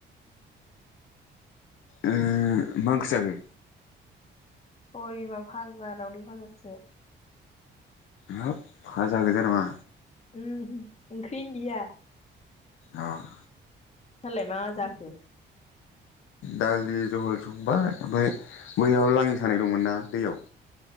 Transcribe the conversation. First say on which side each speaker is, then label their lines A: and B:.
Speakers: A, on the left (about 80°); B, on the left (about 35°).
A: उम मा ओंख्रि जाखो
B: सबाय बिमा भाजा दाउदै भाजासो
A: हाब भाजा गोजाया नामा
B: उम ओंख्रि गैया
A: अह
B: नोंसालाय मा जाखो
A: दालि जहल संबाय ओमफ्राय बैयाव लाङि सानाय दंमोन ना दैयाव